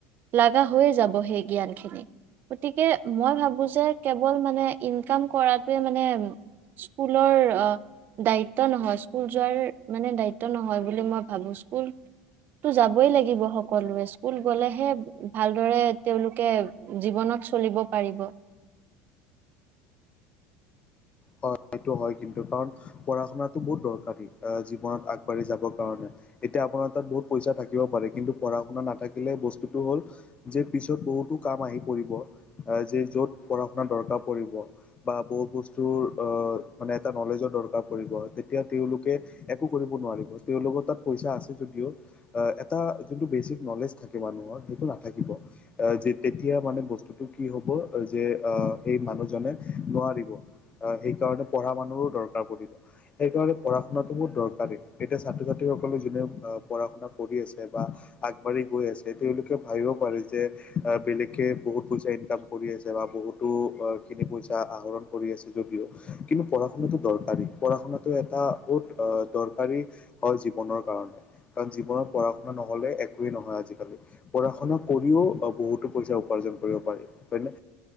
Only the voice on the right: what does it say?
লগা হৈয়ে যাব সেই জ্ঞান খিনি গতিকে মই ভাবো যে কেৱল মানে ইনকাম কৰাটোৱে মানে স্কুলৰ দায়িত্ব নহয় স্কুল যোৱাৰ মানে দায়িত্ব নহয় বুলি মই ভাবো। স্কুলতো যাবই লাগিব সকলোৱে স্কুল গলেহে ভালদৰে তেওঁলোকে জীৱনত চলিব পাৰিব।